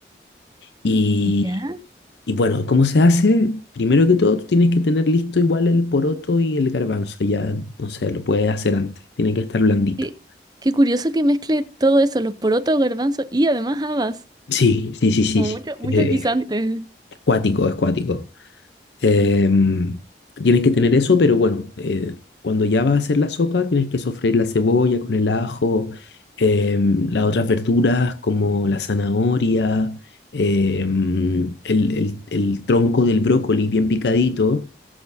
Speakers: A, on the left; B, on the right.
A: Y
B: ¿Ya?
A: y bueno, ¿cómo se hace? Primero que todo, tú tienes que tener listo igual el poroto y el garbanzo. Ya, no sé, lo puedes hacer antes. Tiene que estar blandito.
B: Qué, qué curioso que mezcle todo eso, los porotos, garbanzos y además habas.
A: Sí, sí, sí, sí,
B: Como
A: sí.
B: mucho, mucho
A: Eh,
B: guisante.
A: es cuático, es cuático. Em, tienes que tener eso, pero bueno, eh, cuando ya vas a hacer la sopa, tienes que sofreír la cebolla con el ajo, em, las otras verduras como la zanahoria, em, el, el el tronco del brócoli bien picadito,